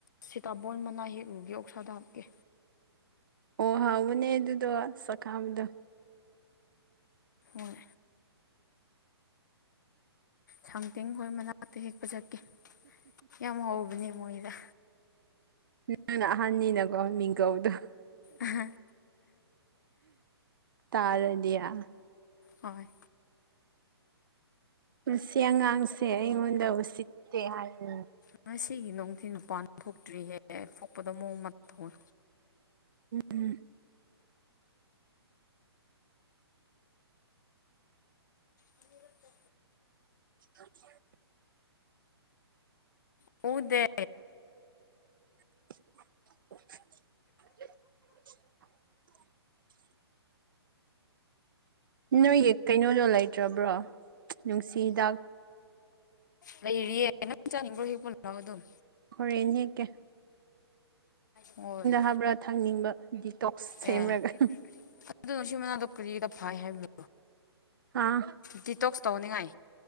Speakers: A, on the left; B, on the right.
A: ꯁꯤꯇꯥꯥꯕꯜ ꯃꯅꯥ ꯍꯦꯛꯂꯨꯒꯦ ꯑꯣꯛꯁꯥꯗ ꯍꯥꯞꯀꯦ
B: ꯑꯣ ꯍꯥꯎꯋꯅꯦ ꯑꯗꯨꯗꯣ ꯆꯥꯛꯈꯥꯕꯗꯣ
A: ꯍꯣꯏ ꯁꯥꯡꯇꯤꯡ ꯈꯣꯏ ꯃꯅꯥꯛꯇ ꯍꯦꯛꯄ ꯆꯠꯀꯦ ꯌꯥꯝ ꯍꯧꯕꯅꯦ ꯃꯣꯏꯗ
B: ꯅꯪꯅ ꯑꯍꯟꯅꯤꯅꯀꯣ ꯃꯤꯡꯒꯧꯗꯣ
A: ꯑꯍ
B: ꯇꯥꯔꯗꯤꯌꯥ
A: ꯍꯣꯏ
B: ꯄꯨꯟꯁꯤ ꯑꯉꯥꯡꯁꯦ ꯑꯩꯉꯣꯟꯗ ꯎꯁꯤꯠꯇꯦ ꯍꯥꯏꯅꯤ
A: ꯉꯁꯤꯒꯤ ꯅꯨꯡꯊꯤꯜ ꯅꯨꯄꯥꯥꯟ ꯊꯣꯛꯇ꯭ꯔꯤꯍꯦꯦꯛ ꯄꯣꯛꯄꯗ ꯃꯑꯣꯡ ꯃꯇ ꯇꯧꯋ
B: ꯎꯝ ꯎꯝ
A: ꯑ ꯔꯛꯛꯇ
B: <unintelligible>
A: ꯀꯨꯗꯦ
B: <unintelligible> ꯅꯣꯏꯒꯤ ꯀꯩꯅꯣꯗꯣ ꯂꯩꯇ꯭ꯔꯕ꯭ꯔꯣ ꯅꯨꯡꯁꯤꯗ
A: ꯂꯩꯔꯤꯌꯦ ꯅꯪ ꯆꯥꯅꯤꯡꯕ꯭ꯔꯣ ꯍꯦꯛ ꯄꯨꯜꯂꯣ ꯑꯗꯨꯝ
B: ꯍꯣꯔꯣꯏꯅꯤ ꯀꯦ
A: ꯍꯣꯏ
B: ꯍꯥꯞꯕ꯭ꯔꯥ ꯊꯛꯅꯤꯡꯕ ꯗꯤꯇꯣꯛꯁ
A: ꯑꯦ
B: ꯁꯦꯝꯔꯒ
A: ꯑꯗꯨꯅꯣ ꯁꯤ ꯃꯅꯥꯗꯣ ꯀꯔꯤꯗ ꯐꯥꯏ ꯍꯥꯏꯕꯣ
B: ꯑꯥ
A: ꯗꯤꯇꯣꯛꯁ ꯇꯧꯅꯤꯡꯉꯥꯏ